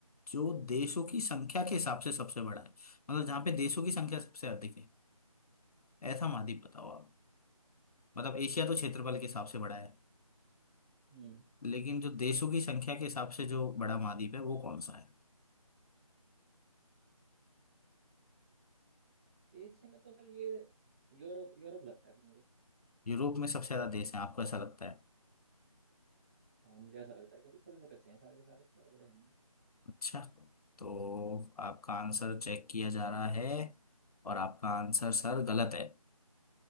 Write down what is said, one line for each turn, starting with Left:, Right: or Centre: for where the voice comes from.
Left: जो देशों की संख्या के हिसाब से सबसे बड़ा है मतलब जहाँ पे देशों की संख्या सबसे अधिक है ऐसा महाद्वीप बताओ आप मतलब एशिया तो क्षेत्रफल के हिसाब से बड़ा है
Right: हम्म
Left: लेकिन जो देशों की संख्या के हिसाब से जो बड़ा महाद्वीप है वो कौन सा है
Right: एशिया में तो सर ये यूरोप यूरोप लगता है फिर मुझे
Left: यूरोप में सबसे ज्यादा देश है आपको ऐसा लगता है
Right: हाँ मुझे ऐसा लगता है क्योंकि छोटे छोटे से हैं सारे के सारे ज्यादा बड़े हैं नहीं
Left: अच्छा तो आपका आंसर चेक किया जा रहा है और आपका आंसर सर गलत है